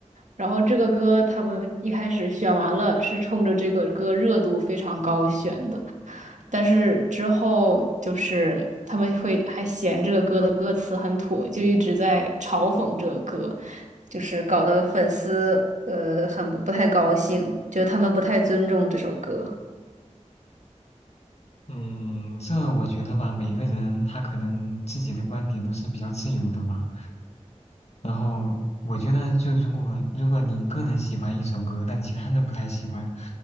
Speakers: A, on the right; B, on the left.
A: 然后这个歌他们一开始选完了，是冲着这个歌热度非常高选的。但是之后就是他们会还嫌这个歌的歌词很土，就一直在嘲讽这个歌，就是搞得粉丝呃很不不太高兴，觉得他们不太尊重这首歌。
B: 嗯，这我觉得吧，每个人他可能自己的观点都是比较自由的吧。然后我觉得，就如果如果你个人喜欢一首歌，但其他人不太喜欢，